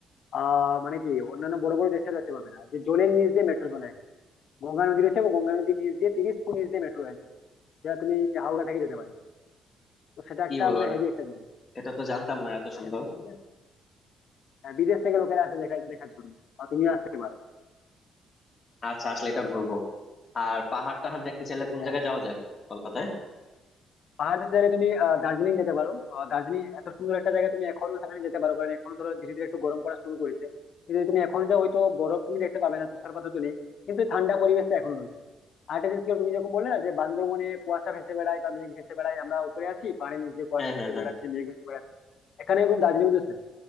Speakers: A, on the left (about 60°); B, on the left (about 35°).
A: আহ মানে কি অন্যান্য বড় বড় দেশে দেখতে পাবে না যে জলের নিচ দিয়ে মেট্রো চলে গঙ্গা নদী রয়েছে এবং গঙ্গা নদীর নিচ দিয়ে তিরিশ ফুট নিচ দিয়ে মেট্রো রয়েছে যেটা তুমি হাওড়া থেকে যেতে পারবে তো সেটা
B: কি
A: একটা
B: বলো
A: মানে
B: এটা
A: হেভি একটা জিনিস
B: এটা তো জানতাম না এত
A: আর
B: সুন্দর
A: সেই- হ্যাঁ বিদেশ থেকে লোকেরা আসে দেখা এটা দেখার জন্য আর তুমিও আসতে পারো
B: আচ্ছা আসলে এটা ঘুরবো আর পাহাড় টাহাড় দেখতে চাইলে কোন
A: হ্যাঁ
B: জায়গায় যাওয়া যায় কলকাতায়
A: পাহাড়ের জায়গায় তুমি আহ, দার্জিলিং যেতে পারো আহ, দার্জিলিং এত সুন্দর একটা জায়গা তুমি এখনো সেখানে যেতে পারো কারণ এখন ধরো ধীরে ধীরে একটু গরম পড়া শুরু করেছে কিন্তু যদি তুমি এখন যাও হয়তো বরফ তুমি দেখতে পাবে না তুষারপাত তো নেই কিন্তু ঠান্ডা পরিবেশটা এখনো রয়েছে আর একটা জিনিস কি তুমি যখন বললে না যে বান্দরবনে কুয়াশা ভেসে বেড়ায় বা মেঘ ভেসে বেড়ায় আমরা উপরে আছি পাহাড়ের নিচ দিয়ে কুয়াশা
B: হ্যাঁ
A: ভেসে
B: হ্যাঁ হ্যাঁ
A: বেড়াচ্ছে মেঘ ভেসে বেড়াচ্ছে এখানে কিন্তু দার্জিলিং উঠেছে